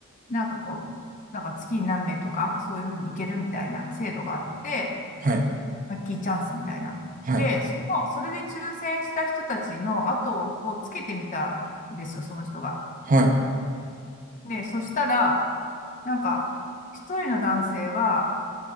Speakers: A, on the left; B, on the right.
A: なんかこう、なんか月に何名とか、そういうふうに行けるみたいな制度があって、
B: は
A: ラッキーチャンスみたいな。で、
B: い。
A: その、それで抽選した人たちの後をつけてみたんですよ、その人が。
B: はい。
A: で、そしたら、なんか、一人の男性は、